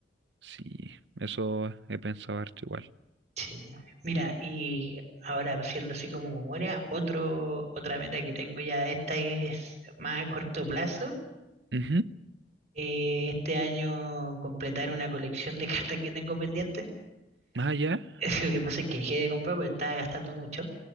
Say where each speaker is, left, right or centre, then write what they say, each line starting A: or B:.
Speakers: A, on the right; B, on the right.
A: Sí, eso he pensado harto igual.
B: Sí. Mira, y ahora siendo así como memoria, otro, otra meta que tengo ya, esta es más a corto plazo,
A: Ujú.
B: eh, este año completar una colección de <laughs> cartas que tengo pendiente.
A: Ah, ya.
B: <laughs> Lo que pasa es que dejé de comprar, pero estaba gastando mucho.